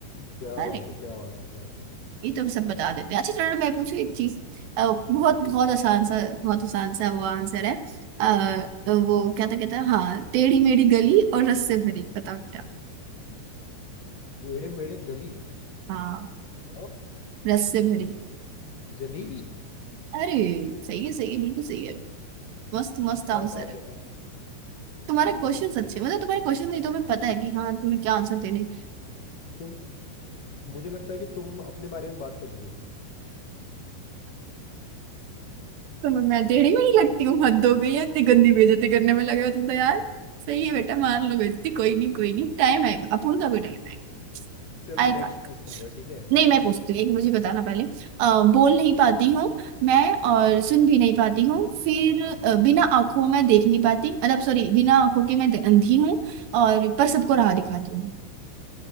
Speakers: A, on the left; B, on the right.
A: क्या
B: अरे
A: बात है क्या बात है क्या बात है।
B: ये तो सब बता देते हैं अच्छा चलो मैं पूछू एक चीज अ, बहुत
A: पूछो
B: बहुत आसान सा बहुत आसान सा वो आंसर है आ, वो क्या था कहता है हाँ टेढ़ी मेढ़ी गली और रस से भरी बताओ क्या
A: टेढ़े मेढ़े गली
B: हाँ
A: और
B: रस से भरी
A: जलेबी
B: अरे सही है सही है बिल्कुल सही है मस्त मस्त
A: क्या
B: आंसर
A: बात
B: है
A: है यार
B: तुम्हारे क्वेश्चंस अच्छे मतलब तुम्हारे क्वेश्चन नहीं तो हमें पता है कि हाँ तुम्हें क्या आंसर देने हैं।
A: तुम मुझे लगता है कि तुम अपने बारे में बात कर रही थी
B: तो मैं मैं टेढ़ी में नहीं लगती हूँ हद हो गई है इतनी गंदी बेइज्जती करने में लगे हो तुम तो यार सही है बेटा मार लो बेइज्जती कोई नहीं कोई नहीं टाइम आएगा अपूर्ण का भी टाइम आएगा
A: चलो
B: आएगा
A: नेक्स्ट पूछता हूँ मैं, ठीक है
B: नहीं मैं पूछती हूँ एक मुझे बताना पहले अ, बोल नहीं पाती हूँ मैं और सुन भी नहीं पाती हूँ फिर अ, बिना आंखों में देख नहीं पाती मतलब सॉरी बिना आंखों के मैं दे- अंधी हूँ और पर सबको राह दिखाती हूँ